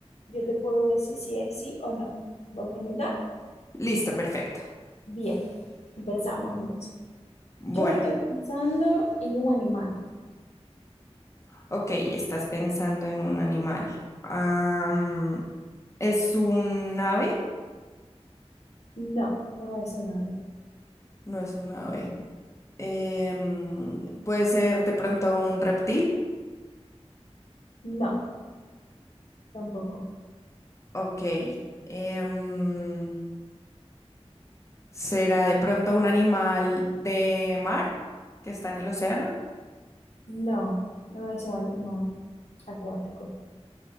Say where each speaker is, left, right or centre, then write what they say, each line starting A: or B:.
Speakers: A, on the left; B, on the left.
A: yo te puedo decir si es sí o no. ¿Vamos a intentar?
B: Listo, perfecto.
A: Bien, pensamos entonces.
B: Bueno,
A: Yo estoy pensando en un animal.
B: ok, estás pensando en un animal. Am, ¿es un ave?
A: No, no es un ave.
B: No es un ave. Em, ¿puede ser de pronto un reptil?
A: No, tampoco.
B: Ok. em, ¿será de pronto un animal de mar que está en el océano?
A: No, no es un animal acuático.